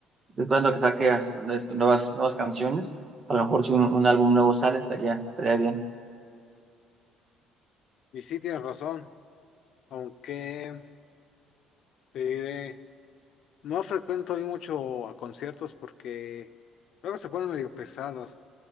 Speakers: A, on the right; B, on the left.
A: Estoy Esperando que saque as- nuevas, nuevas canciones. A lo mejor si un, un álbum nuevo sale, estaría, estaría bien.
B: Y sí tienes razón, aunque te diré, no frecuento ahí mucho a conciertos porque luego se ponen medio pesados.